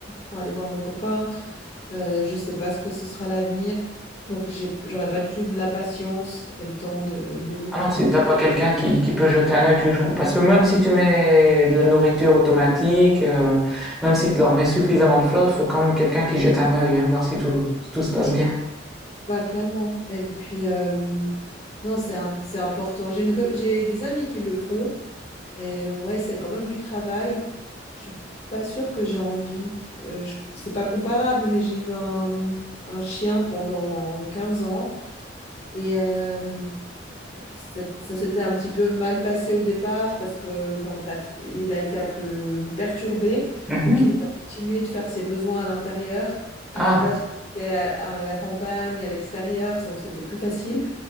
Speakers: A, on the left; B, in the centre.
A: pour aller voir mon copain. Euh, je sais pas ce que ce sera l'avenir, donc j'ai, j'aurais pas du tout de la patience et le temps de, de le
B: Ah non,
A: faire.
B: si t'as pas quelqu'un qui, qui peut jeter un œil tous les jours, parce que même si tu mets de la nourriture automatique, euh, même si tu leur mets suffisamment de flotte, faut quand même quelqu'un qui jette un œil, hein, voir si tout, tout se passe
A: Oui,
B: bien.
A: bah clairement. Et puis, euh, non, c'est un- c'est important. J'ai une co- j'ai des amis qui le font, et euh, ouais, c'est quand même du travail. Je suis pas sûre que j'ai envie. Euh, je- c'est pas comparable, mais j'ai eu un un chien pendant 15 ans. Et euh, ça, ça s'était un petit peu mal passé au départ parce que, enfin bref, il a été un peu perturbé.
B: Mhm.
A: Donc il a continué de faire ses besoins à l'intérieur.
B: Ah,
A: À la base, j'étais à, à la campagne, à l'extérieur, donc c'était plus facile.